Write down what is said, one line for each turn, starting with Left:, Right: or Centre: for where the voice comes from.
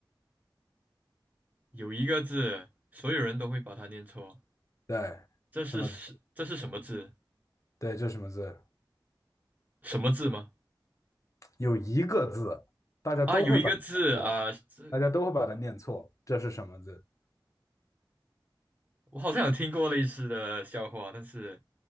Right: 有一个字，所有人都会把它念错，
Left: 对，
Right: 这是是这是什么字？
Left: 什么字？对，这是什么字？
Right: 什么字吗？
Left: 有一个字，大家都会把它念错，
Right: 啊，有一个字啊，这
Left: 大家都会把它念错。这是什么字？
Right: 我好像有听过类似的笑话，但是